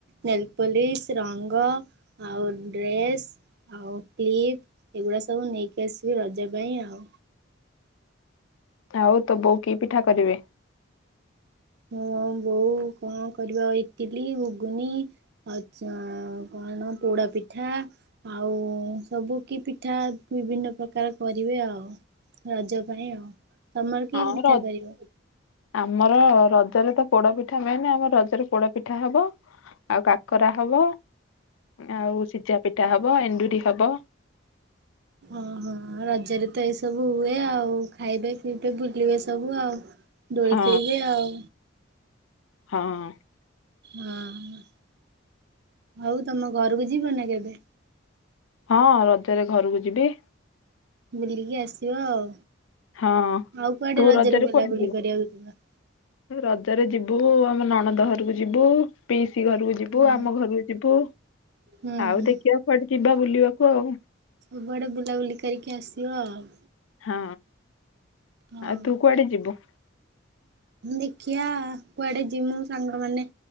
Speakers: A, on the right; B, on the left.
A: ନେଲ୍ ପଲିସ୍, ରଙ୍ଗ ଆଉ ଡ୍ରେସ୍ ଆଉ କ୍ଲିପ୍ ଏଗୁଡ଼ା ସବୁ ନେଇକି ଆସିବି ରଜ ପାଇଁ ଆଉ।
B: ଆଉ ତ ବୋଉ କି ପିଠା କରିବେ?
A: ମୋ ବୋଉ କଣ କରିବ ଇଟିଲି, ଘୁଗୁନି ଆଚ୍ଛା କଣ ପୋଡ଼ା ପିଠା। ଆଉ ସବୁ କି ପିଠା ବିଭିନ୍ନ ପ୍ରକାର କରିବେ ଆଉ। ରଜ ପାଇଁ ଆଉ, ତମର
B: ହଁ
A: କି ପିଠା
B: ର
A: କରିବ?
B: ଆମର ରଜରେ ତ ପୋଡ଼ପିଠା ମେନ୍ ଆମର ରଜରେ ପୋଡ଼ପିଠା ହବ। ଆଉ କାକରା ହବ ଆଉ ସିଝା ପିଠା ହବ ଏଣ୍ଡୁରି ହବ।
A: ଓହୋ ରଜରେ ତ ଏଇସବୁ ହୁଏ ଆଉ ଖାଇବେ ପିଇବେ ବୁଲିବେ ସବୁ ଆଉ। ଦୋଳି
B: ହଁ
A: ଖେଳିବେ ଆଉ।
B: ହଁ।
A: ହଁ ଆଉ ତମ ଘରକୁ ଯିବ ନା କେବେ?
B: ହଁ ରଜରେ ଘରକୁ ଯିବି।
A: ବୁଲିକି ଆସିବ ଆଉ,
B: ହଁ
A: ଆଉ କୁଆଡ଼େ
B: ତୁ
A: ରଜରେ ବୁଲାବୁଲି
B: କୁଆଡେ ଯିବୁ
A: କରିବାକୁ ଯିବ?
B: ରଜରେ ଯିବୁ ଆମ ନଣନ୍ଦ ଘରକୁ ଯିବୁ ପିଇସି ଘରକୁ ଯି ବୁ
A: ହୁଁ
B: ଆମ ଘରକୁ ଯିବୁ
A: ହୁଁ
B: ଆଉ ଦେଖିବା କୁଆଡ଼େ ଯିବା ବୁଲିବାକୁ ଆଉ।
A: ସବୁଆଡ଼େ ବୁଲାବୁଲି କରିକି ଆସିବ ଆଉ।
B: ହଁ,
A: ହଁ।
B: ଆଉ ତୁ କୁଆଡ଼େ ଯିବୁ?
A: ଦେଖିଆ କୁଆଡେ ଜିମୁ ସାଙ୍ଗମାନେ